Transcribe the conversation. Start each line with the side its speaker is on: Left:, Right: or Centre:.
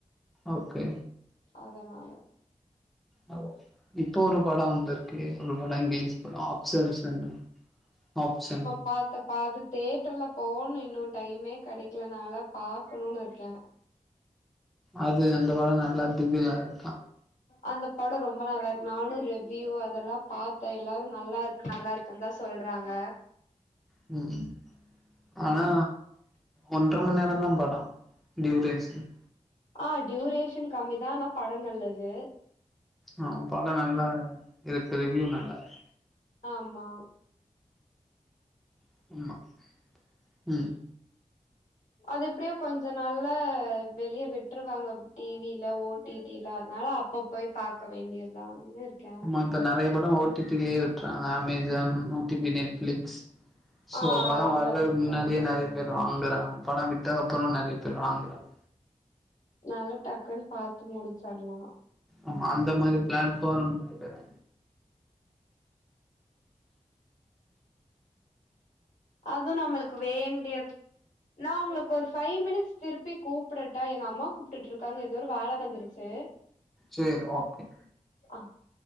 Centre: ஓகே
Left: அதனால
Centre: ஆ ஓகே இப்போ ஒரு படோ இந்த கே னு ஒரு படோ இங்லிஷ் படோ ஆப்சர்ஷன் ஆப்ஷன்
Left: பாத்த பாது தேட்ருல போணு இன்னு டைமே கெடைக்கில நாலா பாக்கணுன் இர்க்கே
Centre: அது அந்த படோ நல்லா திகிலா இருக்கா
Left: அந்த படோ ரொம்ப நல்லா இருக்கு நானு ரிவ்யூ அதெல்லா பாத்தே எல்லாரு நல்லாருக் நல்லா இருக்குன் தா சொல்றாங்க
Centre: ம் ஆனா ஒன்ரமண் நேரோ தா படோ டியுரேஷன்
Left: ஆ டியூரேஷன் கம்மிதா ஆனா படோ நல்லது
Centre: ஆ படோ நல்லா இருக்கு ரிவியூ நல்லா இரு
Left: ஆமா
Centre: <unintelligible> ம்
Left: அதெப்டியோ கொஞ்ச நாள்ல வெளிய விட்ருவாங்க டிவில ஓ டி டி ல அதனால அப்பப் போய் பாக்க வேண்டியதா இருக்கே
Centre: ஆமா இப்ப நெறய படோ ஓ டி டி லேயே விட்றாங்க Amazon O T T Netflix சோ
Left: ஆ
Centre: படோ
Left: அதுல
Centre: வர்றதுக்
Left: விட்டுருவாங்க
Centre: முன்னாடியே நெறய பேர் வாங்குறாங்க படோ விட்டக்கப்புறோ நெறய பேர் வாங்குறாங்க
Left: நல்லா டக்குன்னு பாத்து முடிச்சர்லா
Centre: ஆமா அந்த மாரி பிளான் போடனு நெனக்கிறே
Left: அது நம்மளுக்கு வேண்டியது நா உங்குளுக் ஒரு ஃபைவ் மினிட்ஸ் திருப்பி கூப்டட்டா எங்க அம்மா கூப்டுட் இருக்காங்க ஏதோ ஒரு வேல வந்துடுச் சு
Centre: சேரி ஓகே
Left: ஆ